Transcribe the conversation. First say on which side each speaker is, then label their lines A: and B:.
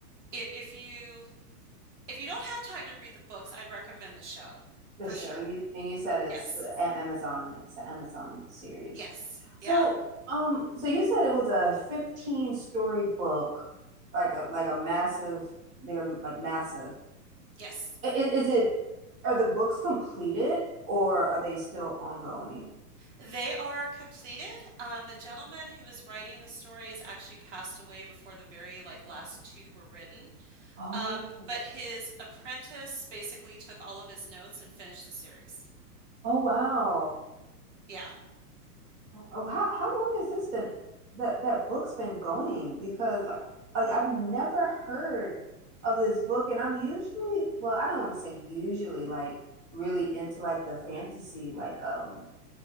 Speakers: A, on the right; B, on the right.
A: if, if you if you don't have time to read the books, I'd recommend the show
B: The
A: for
B: show
A: sure.
B: you and you said it's
A: Yes.
B: a- Amazon. It's an Amazon series.
A: Yes.
B: So,
A: Yeah.
B: um, so you said it was a 15 story book, like a like a massive. They're like massive.
A: Yes.
B: I- i- Is, it? Are the books completed or are they still ongoing?
A: They are completed. Um, the gentleman who was writing the stories actually passed away before the very like last two were written.
B: Oh,
A: Um, but his apprentice basically took all of his notes and finished the series.
B: oh wow.
A: Yeah.
B: Oh, oh, how how long has this been that that book's been going? Because like like I've never heard of this book, and I'm usually well, I don't want to say usually like really into like the fantasy like um